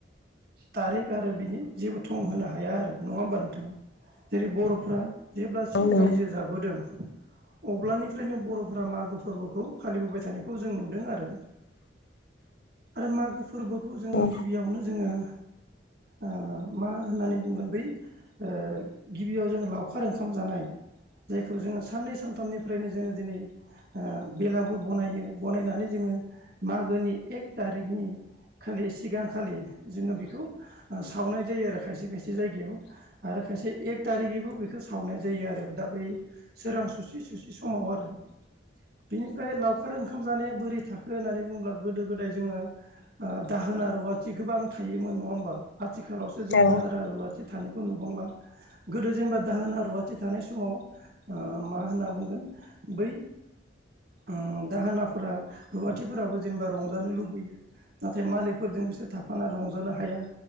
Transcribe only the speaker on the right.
थारिख आरो बिनि जेबो थं होनो हाया आरो नङा होमबा नोंथां नोंथां जेरै बर'फ्रा जेब्लासिम
रायजो जाबोदों अब्लानिफ्रायनो बर'फोरा मागो फोरबोखौ फालिबोबाय थानायखौ जों नुदों आरो
आरो मागो फोरबोखौ जों
गिबियावनो जोङो
ओ मा होननानै बुंगोन बै ओ गिबियाव जोङो लावखार ओंखाम जानाय जायखौ जोङो साननै सानथामनिफ्रायनो जोङो दिनै ओ बेलागुर बनायो बनायनानै जोङो मागोनि एक थारिकनि खालि सिगांखालि जोङो बेखौ ओ सावनाय जायो आरो खायसे खायसे जायगायाव आरो खायसे एक थारिखैबो बेखौ सावनाय जायो आरो दा बै सोरां सुसि सुसि समाव आरो बेनिफ्राय लावखार ओंखाम जानाया बोरै थाखो होननानै बुंङोब्ला गोदो गोदाय जोङो ओ दाहोना रुवाथि गोबां थायोमोन नङा होमबा आथिखालावसो जों
दाहोना रुवाथि थानायखौ नुुबांला गोदो जेनेबा दाहोना रुवाथि थानाय समाव मा होनना बुंगोन बै ओम दाहोनाफोरा रुवाथिफोराबो जेनेबा रंजानो लुबैयो नाथाय मालिखफोरजों बिसोर थाफाना रंजानो हाया